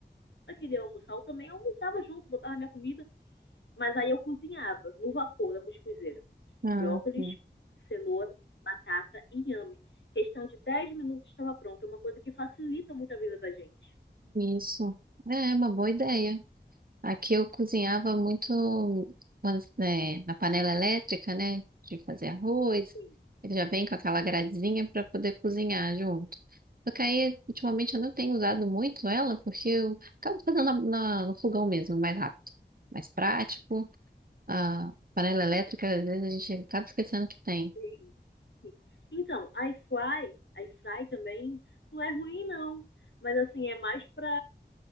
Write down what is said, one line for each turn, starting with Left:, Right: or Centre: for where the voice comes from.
Left: que ele ia almoçar, eu também almoçava junto, botava minha comida, mas aí eu cozinhava no vapor da cuscuzeira.
Right: Ah,
Left: Brócolis,
Right: sim.
Left: cenoura, batata e inhame. Questão de 10 minutos estava pronto. É uma coisa que facilita muito a vida da gente.
Right: Isso. É uma boa ideia. Aqui eu cozinhava muito quando- né, na panela elétrica, né? De fazer arroz.
Left: Sim,
Right: Ele já vem com aquela gradezinha para poder cozinhar junto. Só que aí, ultimamente, eu não tenho usado muito ela, porque eu acabo fazendo na, na- no fogão mesmo, mais rápido, mais prático. a panela elétrica, às vezes a gente acaba esquecendo que tem.
Left: sim. Então, iFly, iFly também não é ruim, não. Mas assim, é mais pra.